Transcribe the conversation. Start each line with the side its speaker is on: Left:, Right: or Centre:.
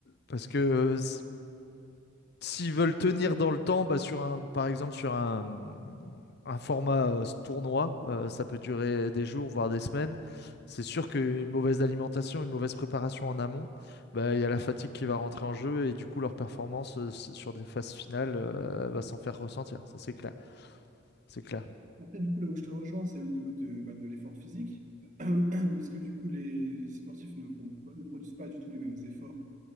Left: parce que euh, s- s'ils veulent tenir dans le temps, bah, sur un, par exemple sur un, un format euh, s- tournoi, euh, ça peut durer des jours, voire des semaines. C'est sûr qu'une mauvaise alimentation, une mauvaise préparation en amont, bah, il y a la fatigue qui va rentrer en jeu et du coup leur performance euh, s- sur des phases finales euh, va s'en faire ressentir. Ça, c'est clair. C'est clair.
Right: Après, du coup, là où je te rejoins, c'est au niveau de, bah, de l'effort physique. <clears throat> Parce que du coup, les, les sportifs ne font pas- ne produisent pas du tout les mêmes efforts.